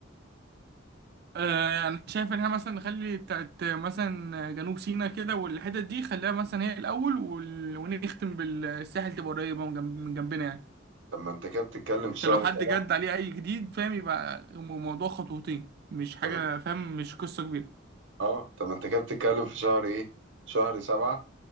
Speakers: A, on the right; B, on the right.
A: آه، انا شايف ان احنا مثلا نخلي بتاعت مثلا جنوب سيناء كده والحتت دي خليها مثلا هي الاول وال- ونختم بالساحل تبقى قريبه من جنب- من جنبنا يعني
B: طب ما أنت كده بتتكلم في
A: عشان
B: شهر
A: لو حد
B: سبعة
A: جد عليه اي جديد فاهم يبقى الموضوع خطوتين مش حاجه
B: طب ما-
A: فاهم مش قصه كبيره
B: أه طب ما أنت كده بتتكلم في شهر إيه؟ شهر سبعة